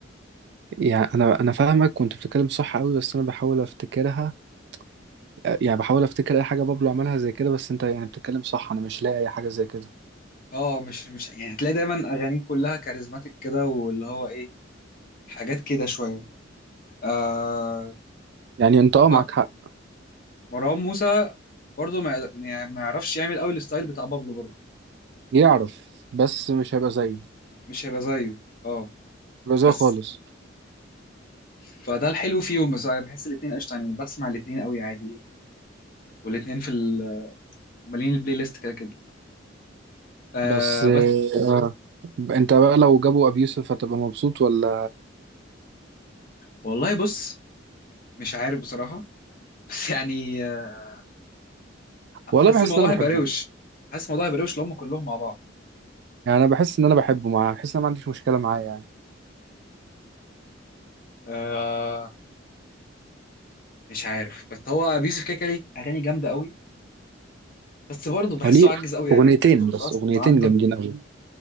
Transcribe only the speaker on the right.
يعني انا انا فاهمك وانت بتتكلم صح قوي بس انا بحاول افتكرها آه، يعني بحاول افتكر اي حاجة بابلو عملها زي كده بس انت يعني بتتكلم صح انا مش لاقي اي حاجة زي كده
يعني انت اه معاك
حق
يعرف بس مش هيبقى زيه
هيبقى زيه
خالص
بس آه
آه، انت بقى لو جابوا ابي يوسف هتبقى مبسوط ولا
ولا
بحس
ان انا
بحبه
يعني انا بحس ان انا بحبه معاه بحس ان انا ما عنديش مشكلة معاه يعني
وليه
اغنيتين
بس
اغنيتين
جامدين قوي